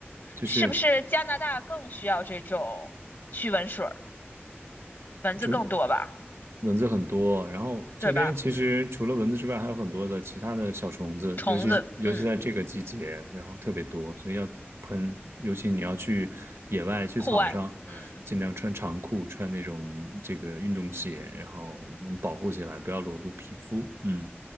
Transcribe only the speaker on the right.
就是
就是蚊子很多，然后这边其实除了蚊子之外，
还有很多的其他的小虫子，
尤其尤其在这个季节，
然后特别多，所以要喷。尤其你要去野外、去草上，
尽量穿长裤，穿那种这个运动鞋，然后能保护起来，不要裸露皮肤。嗯，